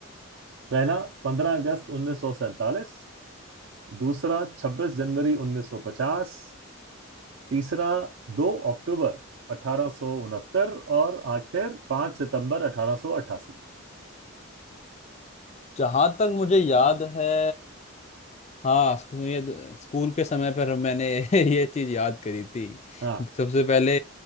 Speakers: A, on the right; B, on the left.
A: पहला पंद्रह अगस्त उन्नीस सौ सैंतालीस दूसरा 26 जनवरी 1950 तीसरा 2 अक्टूबर 1869 और आखिर 5 सितंबर 1888
B: जहां तक मुझे याद है हाँ स्कू- ये स्कूल के समय पर मैंने <laughs> ये चीज याद करी थी
A: हाँ
B: सबसे पहले